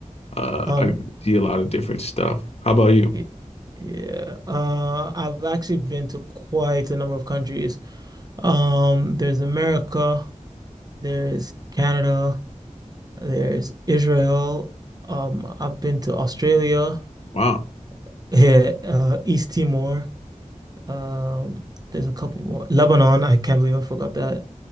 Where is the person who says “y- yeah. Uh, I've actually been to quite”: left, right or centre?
Right